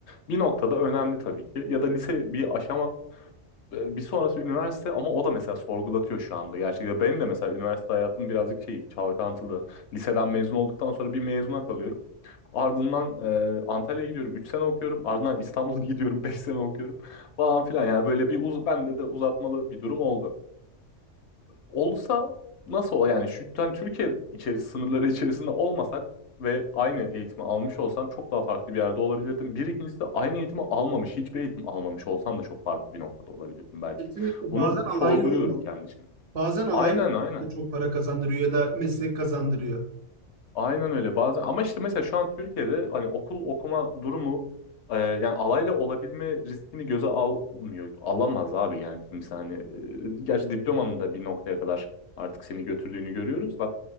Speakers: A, on the left; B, on the right.
A: Bir noktada önemli tabii ki. Ya da lise bir aşama e, bir sonrası üniversite ama o da mesela sorgulatıyor şu anda. Gerçekten benim de mesela üniversite hayatım birazcık şey çalkantılı. Liseden mezun olduktan sonra bir mezuna kalıyorum. Ardından e, Antalya'ya gidiyorum 3 sene okuyorum. Ardından İstanbul'a <laughs> gidiyorum 5 sene okuyorum falan filan. Yani böyle bir uz bende de uzatmalı bir durum oldu. Olsa nasıl ol yani şu yani Türkiye içerisinde sınırları içerisinde olmasak ve aynı eğitimi almış olsam çok daha farklı bir yerde olabilirdim. Bir ikincisi aynı eğitimi almamış, hiçbir eğitim almamış olsam da çok farklı bir noktada olabilirdim belki.
B: kesinlikle
A: Bunu
B: bazen
A: sorguluyorum
B: alaylı olmak,
A: kendim için.
B: bazen alaylı
A: Aynen aynen.
B: olmak da çok para kazandırıyor ya da meslek kazandırıyor.
A: Aynen öyle bazen ama işte mesela şu an Türkiye'de hani okul okuma durumu e, yani alayla olabilme riskini göze almıyor. Alamaz abi yani kimse hani. E, gerçi diplomanın da bir noktaya kadar artık seni götürdüğünü görüyoruz da